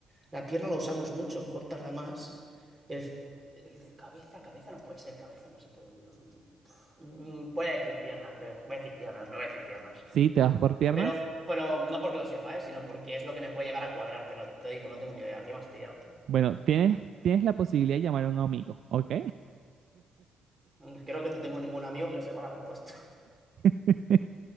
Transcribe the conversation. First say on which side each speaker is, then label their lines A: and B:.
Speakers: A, on the right (about 25°); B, on the right (about 65°).
A: La pierna la usamos mucho, a lo mejor tarda más. El, el de cabeza, cabeza no puede ser, cabeza no se puede unir los últimos. Uf, mm, voy a decir pierna, creo. Voy a decir piernas, no voy a decir piernas.
B: ¿Sí? ¿Te vas por piernas?
A: Pero, pero no porque lo sepa, ¿eh? sino porque es lo que me puede llegar a cuadrar. Pero te digo, no tengo ni idea. ¿Qué me has pillado?
B: Bueno, tienes, tienes la posibilidad de llamar a un amigo, ¿ok?
A: Mm, Creo que no tengo ningún amigo que sepa la respuesta. <laughs>
B: <laughs>